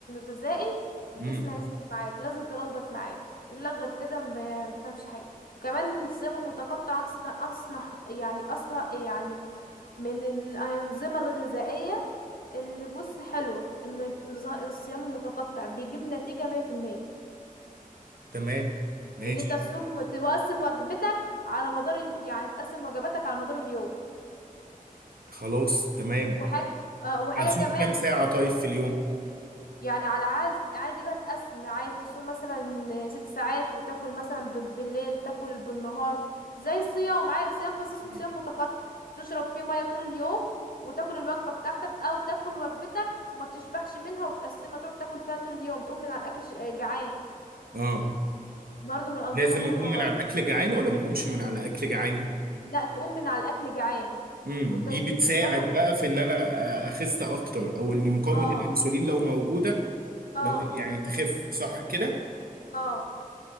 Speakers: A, on the left; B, on the right.
A: غذائي الجسم
B: امم
A: هيثبت معاك لازم تلخبط معاه لا غير كده ما ما فهمش حاجة كمان ان الصيام المتقطع أنصح أنصح يعني أصلا يعني من الأنظمة الغذائية اللي بص حلوة ان النظا- الصيام المتقطع بيجيب نتيجة 100%
B: تمام ماشي
A: اللي انت تصوم تقسم وجبتك على مدار ال... يعني تقسم وجباتك على مدار اليوم
B: خلاص تمام
A: وحاجة آه وحاجة
B: اصوم
A: كمان
B: كام ساعه طيب في اليوم
A: يعني على عاز عادي بقى تقسم عايز تصوم مثلا ست ساعات وتاكل مثلا بال- بالليل تاكل بالنهار زي الصيام عادي صيام بس اسمه
B: مم.
A: صيام متقطع تشرب فيه مية طول اليوم وتاكل الوجبة بتاعتك او تاكل وجبتك وما تشبعش منها وتقسمها تقعد تاكل فيها طول اليوم تقوم من على الاكل ش- جعان
B: اه
A: برضو من الانظمة
B: لازم
A: الحلوة
B: اقوم من
A: برضو
B: على الاكل جعان ولا ما اقومش من على الاكل جعان
A: لا تقوم من على الاكل جعان
B: امم
A: وت...
B: دي بتساعد
A: وتاكل
B: بقى في ان انا آه، اخس اكتر او ان مقاومه
A: اه
B: الانسولين لو موجوده
A: اه
B: ما- يعني تخف صح كده
A: اه